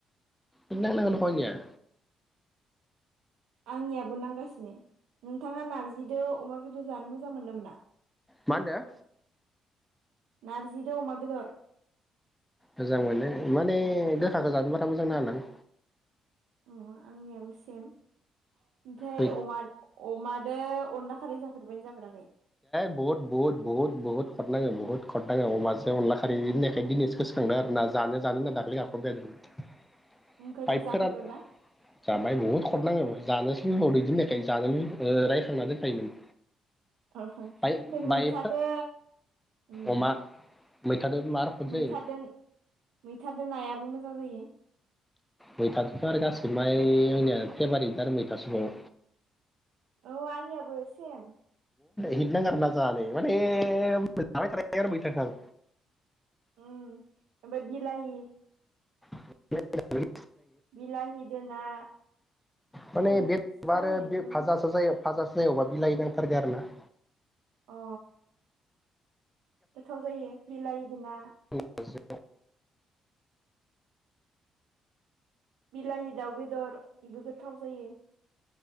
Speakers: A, in the centre; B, on the right (about 85°).
A: नेट नांनांगो दख' आंनिया।
B: आंनियाबो नांगासिनो नोंथाङा नारजिजों अमा बेदर जानो मोजां मोनो ना मोना?
A: मा होनदों?
B: नारजिदो अमा बेदर।
A: मोजां मोनो माने गोखाखौ जानो बारा मोजां नाङाना आं।
B: अ आंनियाबो सेम। ओमफ्राय
A: बै
B: अमा अमादो अनला खारै जा फेरबायना जाफेराखै?
A: बहुत बहुत बहुत बहुत खद नाङो बहुत गुवार नाङो अमाजों अनला खारै होननायखाय दिनैसो गोसोखांदों आरोना जानो जानो होनना दाखालि गाबख्रावबाय थादोंमोन। बाहाय
B: ओमफ्रायथ' जाफेरबायबा
A: फोराननो <inaudible> जाबाय बहुत कद नाङो जानो फुङावनो इदि होननायखाय जानो रायखांना दोनखायोमोन।
B: ओ ओमफ्राय
A: बाय
B: मैथादो
A: बाय
B: उम
A: अमा मैथादोबो मार खद
B: मैथादो
A: जायो
B: मैथादो नायाबो मो जां जायो।
A: मैथादोथ' आरो गासैबो माय आंनिया फेभारिट आरो मैथासोबाव।
B: औ आंनियाबो सेम।
A: हिद नोङो आरोना जानो माने जाबाय थानो हायो आरो मैथाखो आं।
B: उम ओमफ्राय बिलाहि
A: <unintelligible>
B: बिलाहिदो ना।
A: मोने
B: आंनिया
A: बेदरबा
B: जानायाथ'
A: आरो बे
B: अ
A: भाजासो जायो। भाजासो जायो अबा बिलाइ नांथारगो आरोना।
B: अ। गोथाव जायो बिलाहिदो ना।
A: <unintelligible>
B: बिलाहि दाउ बेदर बेबो गोथाव जायो।